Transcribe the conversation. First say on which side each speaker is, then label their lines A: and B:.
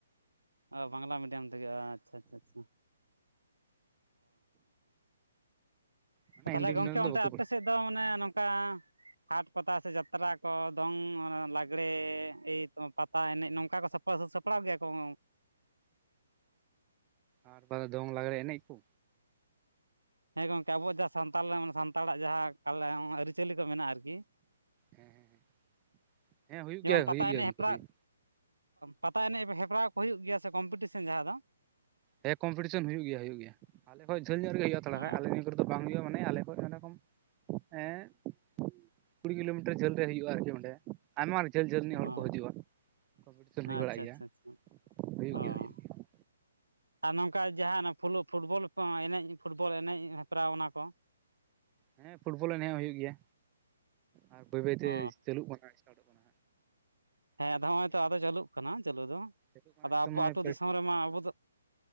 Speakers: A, on the right; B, on the right.
A: ᱚ ᱵᱟᱝᱞᱟ ᱢᱤᱰᱤᱭᱟᱢ ᱛᱮᱜᱮ ᱟᱪᱪᱷᱟ ᱟᱪᱪᱷᱟ ᱟᱪᱪᱷᱟ
B: ᱢᱟᱱᱮ
A: ᱚ ᱛᱟᱦᱚᱞᱮ
B: ᱦᱤᱱᱫᱤ ᱢᱤᱰᱤᱭᱟᱢ
A: ᱜᱚᱢᱠᱮ
B: ᱫᱚ
A: ᱚᱱᱛᱮ
B: ᱵᱟᱠᱚ
A: ᱟᱯᱮ
B: ᱯᱟᱲᱦᱟᱜ
A: ᱥᱮᱫ ᱫᱚ ᱢᱟᱱᱮ ᱱᱚᱝᱠᱟ - ᱦ <unintelligible> ᱦᱟᱴ ᱯᱟᱛᱟ ᱥᱮ ᱡᱟᱛᱨᱟ ᱠᱚ ᱫᱚᱝ ᱞᱟᱜᱽᱲᱮ ᱮᱭ ᱯᱟᱛᱟ ᱮᱱᱮᱡ ᱱᱚᱝᱠᱟ ᱠᱚ ᱥᱟᱯᱚᱦ ᱥᱟᱯᱲᱟᱣ ᱜᱮᱭᱟ ᱠᱚ ᱾
B: ᱟᱨ ᱵᱟ ᱫᱚᱝ ᱞᱟᱜᱽᱲᱮ ᱮᱱᱮᱡ ᱠᱚ
A: ᱦᱮᱸ ᱜᱚᱢᱠᱮ ᱟᱵᱚᱣᱟᱜ ᱡᱟᱦᱟᱸ ᱥᱟᱱᱛᱟᱲ ᱢᱟᱱᱮ ᱥᱟᱱᱛᱟᱲᱟᱜ ᱡᱟᱦᱟᱸ ᱠᱟᱞᱮ ᱟᱹᱨᱤᱪᱟᱹᱞᱤ ᱠᱚ ᱢᱮᱱᱟᱜᱼᱟ ᱟᱨᱠᱤ?
B: ᱦᱮᱸ ᱦᱮᱸ ᱦᱮᱸ ᱦᱩᱭᱩᱜ
A: ᱡᱮᱢᱚᱱ
B: ᱜᱮᱭᱟ
A: ᱯᱟᱛᱟ
B: ᱦᱩᱭᱩᱜ ᱜᱮᱭᱟ
A: ᱮᱱᱮᱡ
B: ᱜᱚᱝᱠᱮ
A: ᱦᱮᱯᱨᱟᱣ
B: ᱦᱩᱭᱩᱜ
A: ᱯᱟᱛᱟ ᱮᱱᱮᱡ ᱦᱮᱯᱨᱟᱣ ᱠᱚ ᱦᱩᱭᱩᱜ ᱜᱮᱭᱟ ᱥᱮ ᱠᱚᱢᱯᱤᱴᱤᱥᱮᱱ ᱡᱟᱦᱟᱸ ᱫᱚ
B: ᱦᱮᱸ ᱠᱚᱢᱯᱤᱴᱤᱥᱚᱱ ᱦᱩᱭᱩᱜ ᱜᱮᱭᱟ ᱦᱩᱭᱩᱜ ᱜᱮᱭ ᱟᱞᱮ ᱠᱷᱡ ᱡᱷᱟᱹᱞ ᱧᱚᱜ ᱨᱮᱜᱮ ᱦᱩᱭᱩᱜ ᱛᱷᱲᱟ
A: ᱚ
B: ᱠᱟ ᱟᱞᱮ ᱱᱤᱭᱟ ᱠᱚᱨᱮᱫᱚ ᱵᱟᱝ ᱦᱩᱭᱩᱜᱼᱟ ᱾ ᱢᱟᱱᱮ ᱟᱞᱮ ᱠᱷᱚᱡ ᱡᱚᱠᱚᱢ ᱦᱮᱸ <unintelligible> ᱠᱩᱲᱤ ᱠᱤᱞᱳᱢᱤᱴᱟᱨ ᱡᱷᱟᱹᱞ ᱨᱮ ᱦᱩᱭᱩᱜᱼᱟ ᱟᱨᱠᱤ ᱚᱸᱰᱮ ᱟᱭᱢᱟ ᱡᱷᱟᱹᱞ ᱡᱷᱟᱹᱞ ᱨᱤᱱᱤᱡ
A: ᱚ
B: ᱦᱚᱲ ᱠᱚ ᱦᱤᱡᱩᱜᱼᱟ ᱾ ᱠᱚᱢᱯᱤᱴᱤᱥᱮᱱ
A: ᱟᱪᱪᱷᱟ
B: ᱦᱩᱭ ᱵᱟᱲᱟᱜ ᱜᱮᱭᱟ
A: ᱟᱪᱪᱷᱟ ᱟᱪᱪᱷᱟ
B: ᱦᱩᱭᱩᱜ
A: ᱚ
B: ᱜᱮᱭᱟ ᱦᱩᱭᱩᱜ ᱜᱮᱭᱟ ᱾
A: ᱟᱨ ᱱᱚᱝᱠᱟ ᱡᱟᱦᱟᱸ ᱯᱷᱩᱴᱵᱚᱞ ᱮᱱᱮᱡ ᱯᱷᱩᱴᱵᱚᱞ ᱮᱱᱮᱡ ᱦᱮᱯᱨᱟᱣ ᱚᱱᱟ ᱠᱚ
B: ᱦᱮᱸ ᱯᱷᱩᱴᱵᱚᱞ ᱦᱚᱸ ᱱᱮ ᱦᱩᱭᱩᱜ ᱜᱮᱭᱟ ᱟᱨ ᱵᱟᱹᱭ ᱵᱟᱹᱭᱛᱮ
A: ᱚ
B: ᱪᱟᱹᱞᱩᱜ ᱠᱟᱱᱟ ᱥᱴᱟᱴᱚᱜ ᱠᱟᱱᱟ
A: ᱦᱮᱸ
B: ᱦᱩᱭᱩᱜ
A: ᱱᱚᱜᱼᱚᱭ
B: ᱠᱟᱱ ᱜᱮᱭᱟ
A: ᱛᱚ ᱟᱫᱚ ᱪᱟᱹᱞᱩᱜ ᱠᱟᱱᱟ ᱪᱟᱹᱞᱩ ᱫᱚ
B: ᱱᱤᱛᱚᱜ ᱠᱟᱱᱟ
A: ᱟᱫᱚ
B: ᱱᱤᱛᱚᱝ
A: ᱟᱵᱚ
B: ᱱᱚᱜᱼᱚᱭ
A: ᱟᱹᱛᱩ
B: ᱯᱨᱮᱠᱴᱤ
A: ᱫᱤᱥᱚᱢ ᱨᱮᱢᱟ ᱟᱵᱚ ᱫᱚ